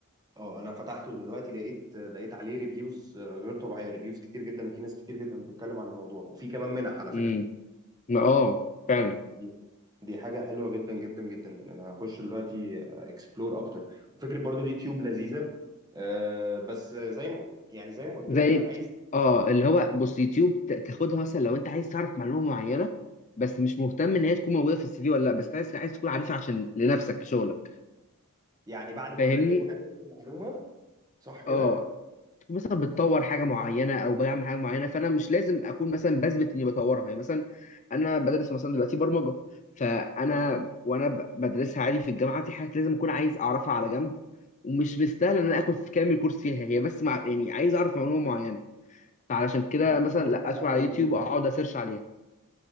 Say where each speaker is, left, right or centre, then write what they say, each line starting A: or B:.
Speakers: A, on the right (about 15°); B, on the left (about 35°).
A: اه انا فتحته دلوقتي لقيت لقيت عليه ريفيوز غير طبيعيه ريفيوز كتير جدا وفي ناس كتير جدا بتتكلم عن الموضوع وفي كمان منح على فكره
B: امم ما- اه فعلا
A: دي دي حاجه حلوه جدا جدا جدا يعني انا هخش دلوقتي اكسبلور اكتر وفكره برضو اليوتيوب لذيذه آه، بس زي ما يعني زي ما قلت
B: زي
A: لك انا عايز
B: اه اللي هو بص يوتيوب ت- تاخدها مثلا لو انت عايز تعرف معلومه معينه بس مش مهتم ان هي تكون موجوده في السي في ولا لا بس عايز عايز تكون عارفها عشان لنفسك في شغلك
A: يعني بعد ما
B: فاهمني
A: اوريدي اكون عرفت المعلومه صح كده
B: اه مثلا بتطور حاجه معينه او بعمل حاجه معينه فانا مش لازم اكون مثلا بثبت اني بطورها يعني مثلا انا بدرس مثلا دلوقتي برمجه فانا
A: حلو
B: وانا ب- بدرسها عادي في الجامعه في حاجات لازم اكون عايز اعرفها على جنب ومش مستاهل ان انا اخد في كامل كورس فيها هي بس مع يعني عايز اعرف معلومه معينه فعلشان كده
A: فبتروح
B: مثلا لا
A: تعرفها
B: ادخل على
A: من
B: يوتيوب
A: اليوتيوب
B: اقعد اسيرش عليها